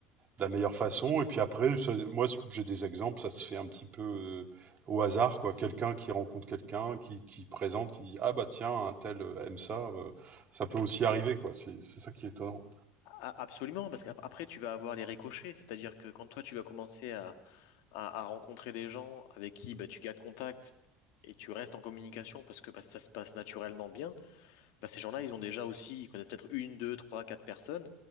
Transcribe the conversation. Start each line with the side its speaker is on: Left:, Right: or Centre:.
Right: la meilleure façon. Et puis après, ça- moi j'ai des exemples, ça se fait un petit peu euh, au hasard, quoi. Quelqu'un qui rencontre quelqu'un, qui, qui présente, qui dit Ah bah tiens, un tel euh, aime ça, euh, ça peut aussi arriver, quoi. C'est c'est ça qui est étonnant.
Left: A- Absolument, parce qu'après, tu vas avoir les ricochets, c'est-à-dire que quand toi, tu vas commencer à, à- à rencontrer des gens avec qui bah, tu gardes contact et tu restes en communication parce que bah, ça se passe naturellement bien, bah, ces gens-là, ils ont déjà aussi, ils connaissent peut-être une, deux, trois, quatre personnes